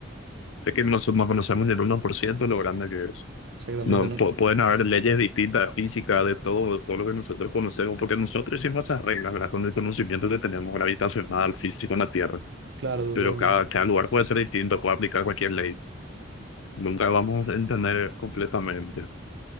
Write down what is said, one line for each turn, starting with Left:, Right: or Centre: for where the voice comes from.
Left: Es que nosotros no conocemos el uno por ciento lo grande que es.
Right: Exactamente,
Left: No,
Right: no-
Left: po- pueden haber leyes distintas, físicas de todo, de todo lo que nosotros conocemos, porque nosotros hicimos esas reglas, ¿verdad? Con el conocimiento que tenemos gravitacional, físico en la Tierra.
Right: Claro, totalmente.
Left: Pero cada, cada lugar puede ser distinto, puede aplicar cualquier ley. Nunca vamos a entender completamente.